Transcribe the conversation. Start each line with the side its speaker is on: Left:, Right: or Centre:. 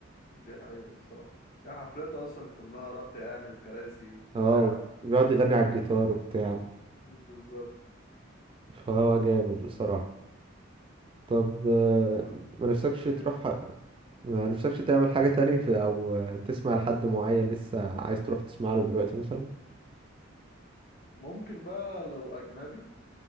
Left: دي حقيقة الصراحة هي حفلاته اصلا كلها راقية يعني وكراسي وبتاع
Right: اه بيقعد يغني على الجيتار وبتاع
Left: بالظبط
Right: فهو جامد بصراحة طب آه،
Left: آه،
Right: ما نفسكش
Left: إيه،
Right: تروح ما نفسكش تعمل حاجة تاني في- او آه، تسمع لحد معين لسه عايز تروح تسمع له دلوقتي مثلا
Left: ممكن بقى لو اجنبي